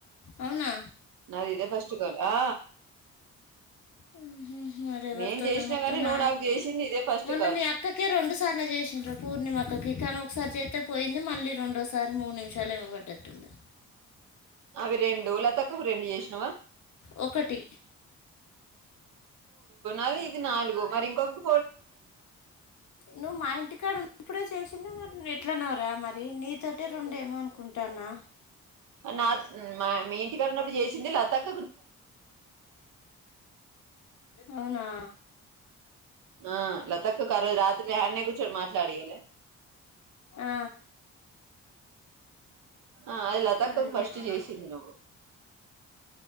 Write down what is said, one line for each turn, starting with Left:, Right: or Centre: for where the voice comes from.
Left: అవునా
Right: నాది ఇదే ఫస్ట్ కాల్ ఆ
Left: ఉమ్ ఉమ్ మరీ ఎవరి
Right: నేను
Left: తోట
Right: చేసినా
Left: మొత్తం
Right: గాని
Left: నా
Right: నువ్వు నాకు చేసింది ఇదే ఫస్ట్
Left: మొన్న
Right: కాల్
Left: మీ అక్కకే రెండు సార్లు చేసిం గ పూర్ణిమ అక్కకు తను ఒకసారి చేస్త పోయింది మళ్ళీ రెండోసారి మూడు నిమిషాలు ఏమో పడ్డటుంది
Right: అవి రెండు లతక్కకు రెండు చేసినవా
Left: ఒకటి
Right: అది ఇది నాలుగు మరి ఇంకొకు
Left: నువ్వు మా ఇంటికి వున్నపడే చొప్ చేసిండు మరి ఎట్లనోరా మరి నీతోటె రెండు ఏమో అనుకుంటాన్నా
Right: అ నాక్ మా మీ ఇంటికాన ఉన్నప్పుడు చేసింది లత అక్
Left: అవునా
Right: ఆ లత అక్కకి ఆరోజు రాత్రి ఇగ అడినే కూర్చొని మళ్తాడియలే
Left: ఆ,
Right: ఆ అది లత
Left: మరి
Right: అక్క కి ఫస్ట్
Left: ఎట్లా
Right: చేసింది నువ్వు